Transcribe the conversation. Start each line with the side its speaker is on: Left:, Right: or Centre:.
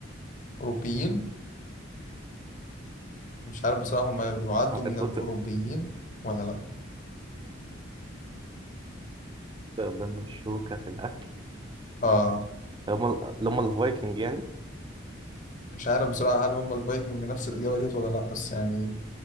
Left: أوروبيين مش عارف بصراحة هما يعدوا
Right: آه،
Left: من
Right: انت
Left: الأوروبيين
Right: قلت
Left: ولا لأ؟
Right: ده مشوكة في الاكل
Left: آه
Right: هم ال- اللي هم الفايكنج يعني
Left: مش عارف بصراحة هل هما الفايكنج نفس الإجابة ديت ولا لأ بس يعني